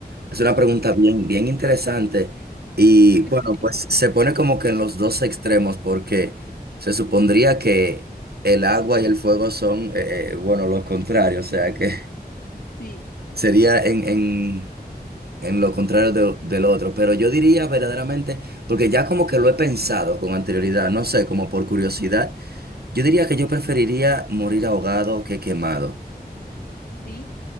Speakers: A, on the right; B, on the left.
A: es una pregunta bien, bien interesante y
B: <laughs>
A: bueno, pues se pone como que en los dos extremos porque se supondría que el agua y el fuego son, eh, eh, bueno, los contrarios, o sea que
B: Sí, sí,
A: <laughs> sería en, en en lo contrario de- del otro, pero yo diría verdaderamente, porque ya como que lo he pensado con anterioridad, no sé, como por curiosidad, yo diría que yo preferiría morir ahogado que quemado.
B: sí,